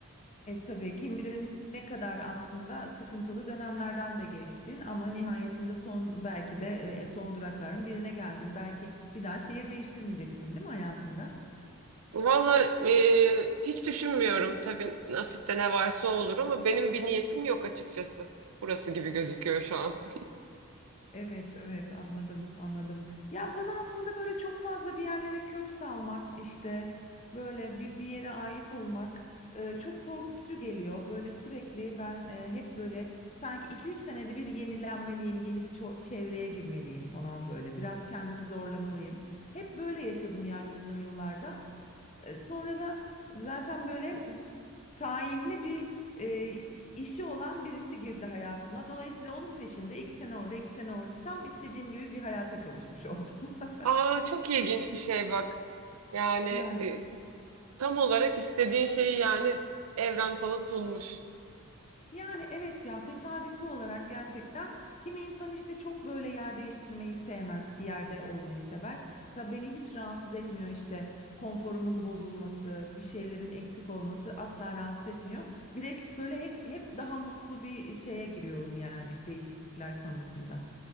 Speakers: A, on the left; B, on the right.
A: E tabii kim bilir ne kadar aslında sıkıntılı dönemlerden de geçtin ama nihayetinde son belki de e, e, son durakların birine geldin. Belki bir daha şehir değiştirmeyeceksin değil mi hayatında?
B: Valla e, hiç düşünmüyorum. Tabii nasipte ne varsa olur ama benim bir niyetim yok açıkçası. Burası gibi gözüküyor şu an.
A: Evet, evet anladım, anladım. Ya bana aslında böyle çok fazla bir yerlere kök salmak işte böyle bir, bir yere ait olmak e, çok korkutucu geliyor. Böyle sürekli ben e, hep böyle sanki 2-3 senede bir yenilenmeliyim, yeni bir ço- çevreye girmeliyim falan böyle. Biraz kendimi zorlamalıyım. Hep böyle yaşadım yani uzun yıllarda. E, sonra da zaten böyle mm, tayinli bir e, işi olan birisi girdi hayatıma. Dolayısıyla onun peşinde iki sene orada, iki sene orada tam istediğim gibi bir hayata kavuşmuş oldum. <laughs>
B: Aa çok ilginç bir şey bak. Yani
A: Yani.
B: e, Tam olarak istediğin şeyi yani evren sana sunmuş.
A: Yani evet ya tesadüfi olarak gerçekten kimi insan işte çok böyle yer değiştirmeyi sevmez, bir yerde olmayı sever. Mesela beni hiç rahatsız etmiyor işte konforumun bozulması, bir şeylerin eksik olması asla rahatsız etmiyor. Bilakis böyle hep, hep daha mutlu bir şeye giriyorum yani değişiklikler sonrasında.